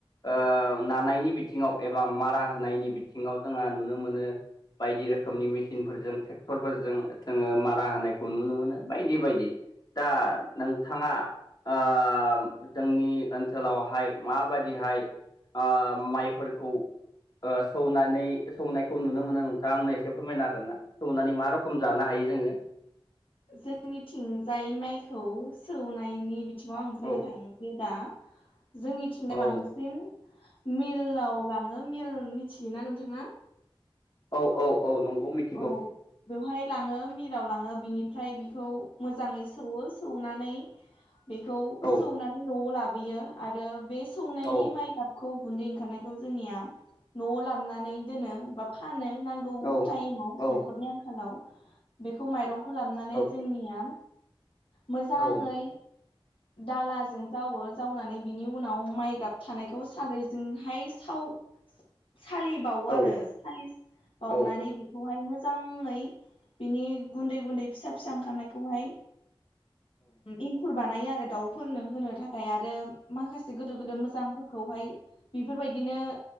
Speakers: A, on the left; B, on the left.
A: ओ नानायनि बिथिङाव एबा मारा होनायनि बिथिङाव जोंहा नुनो मोनो बायदि रोखोमनि मेसिनफोरजों ट्रेक्टरफोरजों जोङो मारा होनायखौ नुनो मोनो बायदि बायदि दा नोंथाङा ओ ओ जोंनि ओनसोलावहाय माबादिहाय ओ माइफोरखौ सौनानै सौनायखौ नुनो मोनो नोंथाङा आंनो एसे फोरमायना हागोन ना सौनानै मा रखम जानो हायो। जोङो।
B: जोंनिथिंजाय माइखौ सौनायनि बिथिं आ न आं बुंनो
A: औ
B: थाङसै दा जोंनिथिंदाय
A: औ
B: बांसिन मिलाव लाङो मेल मिथियोना नोंथाङा
A: औ औ औ नंगौ मिथिगौ।
B: औ बेवहाय लाङो मिलाव लाङो बिनिफ्राय बेखौ मोजाङै सौवो सौनानै बेखौ
A: औ
B: सौनानै न'आव लाबोयो आरो बे सौनायनि
A: औ
B: माइ गाबखौ खौ गुन्दै ओंखारनायखौ जोंनिया न'आव लाबोननानै दोनो बा फानो नांगौ।
A: औ
B: टाइमाव
A: औ
B: न'खरनि आंखालाव बेखौ माइरंखौ लाबनानै
A: औ
B: जोंनिया मोजाङै
A: औ
B: दालाजों जावो जावनानै बिनि उनाव माइ गाब थानायखौ सानद्रिरैजोंहाय साव सालिबावो
A: औ
B: आरो सालिबावनानै
A: औ
B: बेखौहाय मोजां बिनि गुन्दै गुन्दै फिसा फिसा ओंखारनायखौहाय इंखुर बानायो आरो दाउफोरनो होनो थाखाय आरो माखासे गोदो गोदो मोजांफोरखौहाय बेफोरबायदिनो